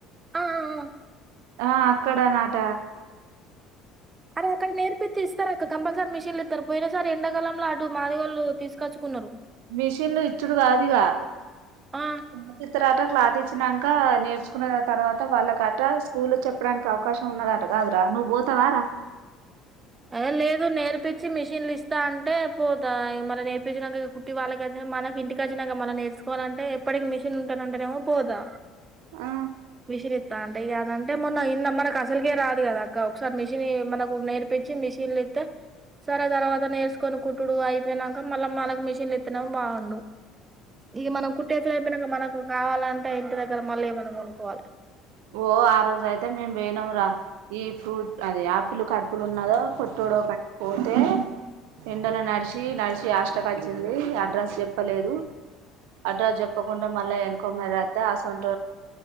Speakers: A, on the right; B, on the right.
A: ఆ ఆ
B: ఆ అక్కడ నాట
A: అరే అక్కడ నేర్పి తీస్ ఇస్తారు అక్కడ కంపల్సరీ మిషన్లు ఇస్తారు పోయిన సార్ ఎండాకాలంలో అటు మాదిగళ్ళు తీసుకొచ్చుకున్నారు
B: మిషిన్ లు ఇచ్చుడు కాదు ఇగా
A: ఆ
B: క్లాత్ ఇతరాట క్లాత్ ఇచ్చ నంక నేర్చుకున్న తర్వాత వాళ్ళకట స్కూల్ చెప్పడానికి అవకాశం ఉన్నదట కాదురా నువ్వు పోత వార
A: ఏ లేదు నేర్పి వచ్చి మిషన్లు ఇస్తా అంటే పోతా ఈ మల్ల నేర్పించినాక కుట్టి వాళ్ళకిచ్చ మనకి ఇంటికిచ్చినా మ నేర్ తీసుకోవాలంటే ఎప్పటికి మిషన్ ఉంటానంటేనేమో పోతా
B: ఆ
A: మిషన్ ఇ తా అంటే ఇగ అది అంటే మొన్న <unintelligible> మనకు అసలుకే రాదు కదా అక్క ఒకసారి మిషన్ మనకు నేర్ పెచ్చి మిషిన్ ఇతే సరే తర్వాత నేరస్ కొని కుట్డు అయిపోయినాక మళ్ళ మనకు మిషన్ ఇతనెమో బాగుండు ఇ మనం కుట్టేస <unintelligible> మనకు కావాలంటే ఇంటి దగ్గర మళ్ళీ మనం కొనుకోవాలి
B: ఓ ఆ రోజు అయితే మేము పినాం రా ఈ ఫ్రూట్ అది ఆపిల్ కడుపులు ఉన్ న్నదో పట్టుడో కట్టి పోతే ఎండలో నడిచి నడిచి హస్టక్ వచ్చింది అడ్రస్ చెప్పలేదు అడ్రాస్ చెప్పకుండా మళ్ళా వెనుకొమస్త అసంట